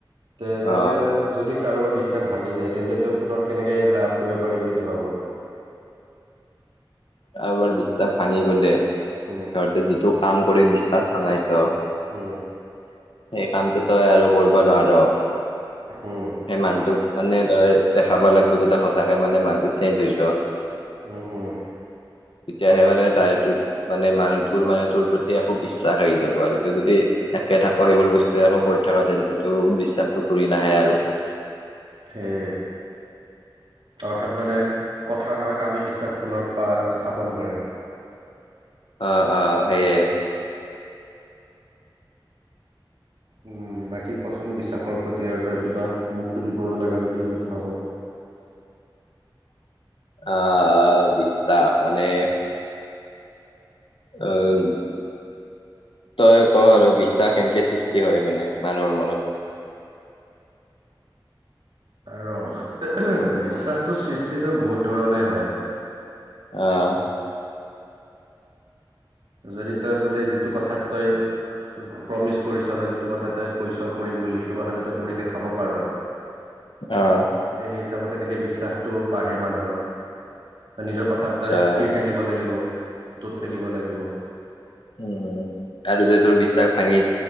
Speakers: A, on the right; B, on the left.
A: তে তাতে
B: অ',
A: যদি কাৰোবাৰ বিশ্বাস টো ভাঙি যায় তেন্তে তই পুনৰ কেনেকে লাভ কৰিব পাৰি বুলি তই ভাব?
B: আৰ বিশ্বাস ভাঙি গ'লে তহঁতে
A: উম
B: যিটো কাম কৰি বিশ্বাস ভঙাইছ সেই
A: উম
B: কামটো তই আৰু কৰিব নোৱাৰ।
A: উম
B: সেই মানুহটোক মানে ধৰ দেখাব লাগিব যাতে সচাঁকে মানে মানুহটো চেঞ্জ হৈছ
A: উম উম।
B: তেতিয়াহে মানে তাই ত মানে মানুহতোৰ মানে তোৰ প্ৰতি একো বিশ্বাস আহি যাব, আৰু তই যদি একে থাক সেইবোৰ বস্তুৱে আকৌ কৰি থকা তেন্তেটো বিশ্বাসটো ঘূৰি নাহে আৰু।
A: সেয়ে অৰ্থাৎ মানে কথা নহয় কামে বিশ্বাস পুনৰ প স্থাপন কৰে।
B: অ', অ', সেয়ে।
A: উম বাকী কচোন বিশ্বাসৰ প্ৰতি আৰু তই কিবা মোক সুধিব লগা যদি ভাব? <inaudible>
B: আহ বিশ্বাস মানে আহ। তই ক' আৰু বিশ্বাস কেনেকে সৃষ্টি হয় মানে মানুহৰ মনত? <inaudible>
A: ৰ বিশ্বাসটোৰ সৃষ্টিটো বহুত ধৰণেই হয়।
B: আহ।
A: যদি তই বোলে যিটো কথাত তই প্ৰমিচ কৰিছ বা যিটো কথা তই কৈছ কৰিম বুলি সেইটো কথা যদি তই কৰি দেখাব পাৰ
B: আহ
A: তে সেই হিচাপত তেনেকৈ বিশ্বাসটো বাঢ়ে মানুহৰ নিজৰ, কথাত
B: আচ্ছা
A: তই স্থিৰ থাকিব লাগিব। অটোত থাকিব লাগিব।
B: উম আৰু যে তোৰ বিশ্বাস ভাঙি